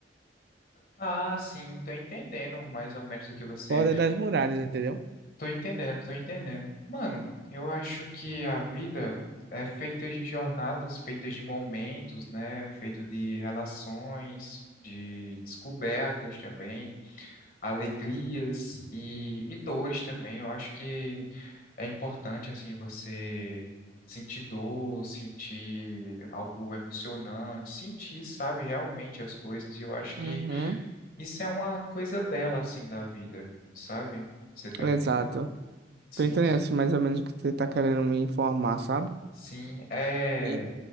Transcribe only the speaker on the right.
fora das muralhas, entendeu?
Uhum,
exato.
Tô entendendo
assim, mais ou menos o que você tá querendo me informar, sabe?
E,